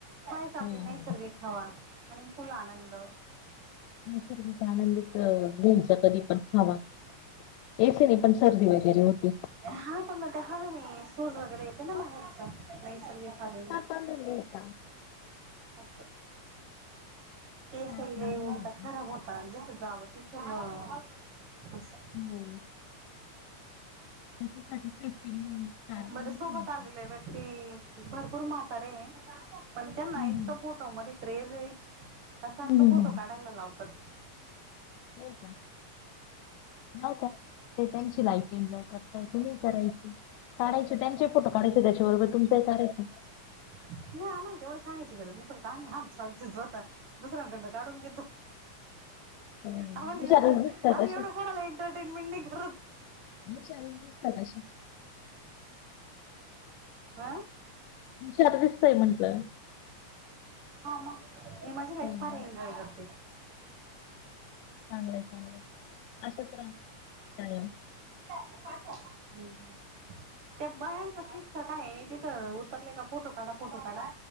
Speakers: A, on the right; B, on the left.
A: वरचं आपली
B: हो, हो.
A: नैसर्गिक हवां आणि फुलं आनंद
B: निसर्ग आनंदीचं नेचां कधीं पणं हवां येसं नाहीं पणं सर्दी वगैरें होती
A: हां पणं मंग ते हवे नाहीं शूंज वगैरें येते नां बाहेरचं नैसर्गिक हवेने
B: पंधरा मिनिटां लीता
A: असं केसयले
B: स्कार्फ बांधून
A: ऊडतां
B: घ्यायचा.
A: खरांब होतं जिथं जावं तिथं मं असं
B: हो. त्याच्यासाठी सेफ्टी म्हणून स्कार्फ
A: बरं
B: बांधून
A: सोबतं
B: घ्यायचा.
A: आलेलं व्यक्ती भरंपूर म्हातारे आहेतं पणं त्यांना
B: हं,
A: इतकं
B: हं.
A: फोटोमध्यें ईकडे येरे सांरख
B: हं, हं,
A: फोटो काढांयला लावतांत
B: येनां नव्हतं ते त्यांची लाईफ एन्जॉय करतेय तुम्हीं करायची काढांयचे त्यांचे फोटो काढांयचे त्यांच्याबरोबर तुमंही कढांयचं
A: नाहीं आम्हांला तेवढं सांगायचं गरजं नाहीं पडतं आम्हीं आमच्यां आमची स्वंतः दुसऱ्यांकडनं काढूंन घेतो
B: हम्म,
A: आम्हांला
B: हुशारच
A: एवढं
B: दिसतात
A: आम्हीं
B: अशा.
A: एवढं कोणांला एंटरटेनमेंट नाहीं करतं
B: हुशारच दिसतात अशा.
A: हां
B: अं अर्धीचंय म्हंटलं
A: हं मं मांजी लाईफ
B: चांगलंय
A: एंजॉय करते
B: चांगलंय चांगलंय असंच रहां कायंम
A: तूं पाठव हम्मं त्यां बयायांचा किस्सां कायं आहे तिथं उतरलांय कां फोटो काढां फोटो काढां